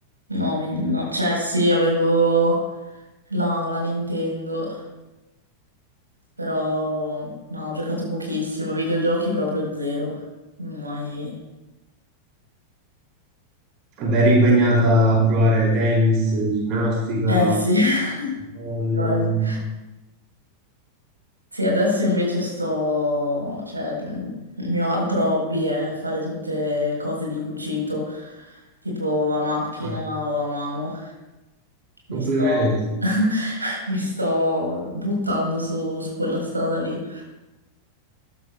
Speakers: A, on the right (about 80°); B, on the right (about 40°).
A: No, mi- no, cioè sì, avevo la, la Nintendo, però no, ho giocato pochissimo, videogiochi proprio zero, non ho mai...
B: Beh, eri impegnata a provare tennis, ginnastica,
A: Eh sì, <laughs>
B: volley.
A: Però è tu- sì, adesso invece sto... cioè il mio altro hobby è fare tutte cose di cucito, tipo a macchina
B: Ah,
A: o a mano. Mi
B: complimenti.
A: sto... <laughs> mi sto buttando su su quella strada lì.